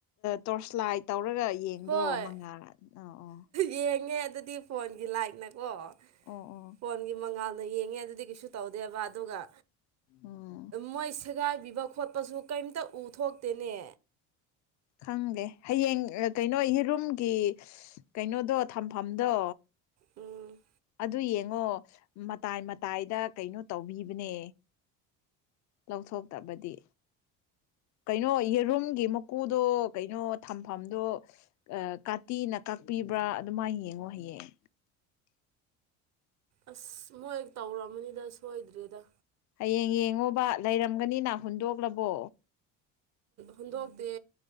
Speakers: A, on the left; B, on the right.
A: ꯇꯣꯔꯁꯂꯥꯏ ꯇꯧꯔꯒ ꯌꯦꯡꯕ꯭ꯔꯣ
B: ꯍꯣꯏ
A: ꯃꯉꯥꯜ ꯑꯥ ꯑꯣ
B: ꯌꯦꯡꯉꯦ ꯑꯗꯨꯗꯤ ꯐꯣꯟꯒꯤ ꯂꯥꯏꯛꯅꯀꯣ
A: ꯑꯣ ꯑꯣ
B: ꯐꯣꯟꯒꯤ ꯃꯉꯥꯜꯅ ꯌꯦꯡꯉꯦ ꯑꯗꯨꯗꯤ ꯀꯩꯁꯨ ꯇꯧꯗꯦꯕ ꯑꯗꯨꯒ
A: ꯎꯝ
B: ꯃꯣꯏ ꯁꯦꯒꯥꯏꯕꯤꯕ ꯈꯣꯠꯄꯁꯨ ꯀꯩꯝꯇ ꯎꯊꯣꯛꯇꯦꯅꯦ
A: ꯈꯪꯗꯦ ꯍꯌꯦꯡ ꯀꯩꯅꯣ ꯌꯦꯔꯨꯝꯒꯤ ꯀꯩꯅꯣꯗꯣ ꯊꯝꯐꯝꯗꯣ
B: ꯎꯝ
A: ꯑꯗꯨ ꯌꯦꯡꯉꯣ ꯃꯇꯥꯏ ꯃꯇꯥꯏꯗ ꯀꯩꯅꯣ ꯇꯧꯕꯤꯕꯅꯦ ꯂꯧꯊꯣꯛꯇꯕꯗꯤ ꯀꯩꯅꯣ ꯌꯦꯔꯨꯝꯒꯤ ꯃꯨ ꯎꯀꯨꯗꯣ ꯀꯩꯅꯣ ꯊꯝꯐꯝꯗꯣ ꯀꯥꯇꯤꯅ ꯀꯛꯄꯤꯕ꯭ꯔꯥ ꯑꯗꯨꯃꯥꯏꯅ ꯌꯦꯡꯉꯣ ꯍꯌꯦꯡ
B: ꯑꯁ ꯃꯣꯏꯦꯛ ꯇꯧꯔꯃꯅꯤꯗ ꯁꯣꯏꯗ꯭ꯔꯦꯗ
A: ꯍꯌꯦꯡ ꯌꯦꯡꯉꯣꯕ ꯂꯩꯔꯝꯒꯅꯤꯅ ꯍꯨꯟꯗꯣꯛꯂꯕꯣ
B: ꯍꯨꯟꯗꯣꯛꯇꯦ